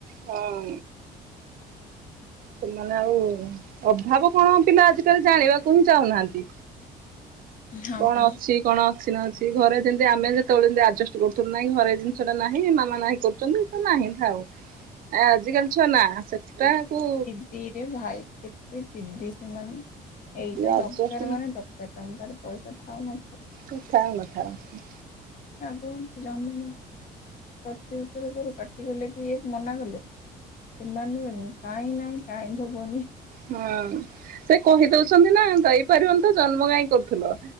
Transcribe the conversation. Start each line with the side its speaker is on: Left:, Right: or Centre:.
Right: ହଁ। ସେମାନେ ଆଉ ଅଭାବ କଣ ପିଲା ଆଜିକାଲି ଜାଣିବାକୁ ହିଁ ଚାହୁଁନାହାନ୍ତି।
Left: ହଁ
Right: କଣ
Left: ପରା।
Right: ଅଛି କଣ ଅଛି ନା ସେଇ ଘରେ ଯେମିତି ଆମେ ଯେତେବେଳେ ଯେମିତି ଆଡଜଷ୍ଟ କରୁଥିଲୁ ନାହିଁ ଘରେ ଜିନିଷଟା ନାହିଁ ମାମା ନାହିଁ କରୁଛନ୍ତି ତ ନାହିଁ ଥାଉ। ଆ ଆଜିକାଲି ଛୁଆ ନା ସେଟା କୁ।
Left: ଇରେ ଭାଇ କେତେ ଜିଦି ସେମାନେ। ଏଇଟା
Right: ଆଡଜଷ୍ଟ
Left: ଦରକାର ମାନେ ଦରକାର ତମ ପାଖରେ ପଇସା ଥାଉ ନଥାଉ
Right: ସବୁ ଥାଉ ନ ଥାଉ।
Left: କହୁନୁ ଜମି ଜମା ପ୍ରତିଉତ୍ତର କରୁ ପାଟି କଲେ ବି ଇଏ ମନା କଲେ ସେମାନେ ଉଁ କାହିଁ ନାହିଁ କାହିଁ ଧବନି।
Right: ହୁଁ ସେ କହିଦଉଛନ୍ତି ନା ଯାଇପାରିବନି ତ ଜନ୍ମ କାଇଁ କରୁଥିଲ?